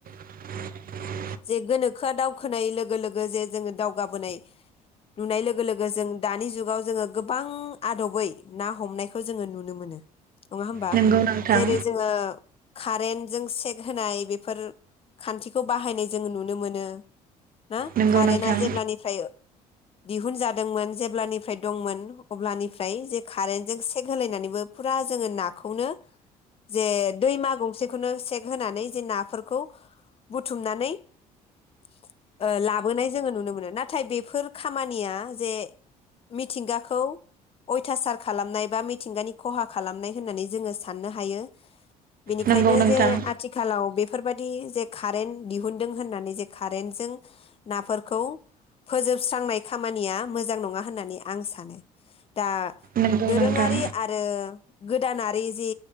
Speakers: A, on the right; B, on the left.
A: <unintelligible>
B: जे गोनोखोआ दावखोनाय लोगो लोगो जे जोङो दावगाबोनाय नुनाय लोगो लोगो जों दानि जुगाव जोङो गोबां आदबै ना हमनायखौ जोङो नुनो मोनो। नङा होमबा
A: नंगौ नोंथां
B: जेरै जोङो कारेन्ट जों सेक होनाय बेफोर खान्थिखौ बाहायनाय। जों नुनो मोनो। ना
A: नंगौ
B: कारेन्टा
A: नोंथां
B: जेब्लानिफ्राय दिहुनजादोंमोन जेब्लानिफ्राय दंमोन अब्लानिफ्राय जे कारेन्टजों सेक होलायनानैबो फुरा जोङो नाखौनो जे दैमा गंसेखौनो सेक होनानै जे नाफोरखौ बुथुमनानै ओ लाबोनाय जोङो नुनो मोनो नाथाय बेफोर खामानिया जे मिथिंगाखौ अयथासार खालामनाय बा मिथिंगानि खहा खालामनाय होननानै जोङो साननो हायो। बेनिखायनो
A: नंगौ नोंथां
B: जे आथिखालाव बेफोरबायदि जे खारेन्ट दिहुन दों होननानै जे कारेन्ट जों नाफोरखौ फोजोबस्रांनाय खामानिया मोजां नङा होननानै आं सानो। दा
A: नंगौ
B: दोरोङारि
A: नोंथां
B: आरो गोदानारि जे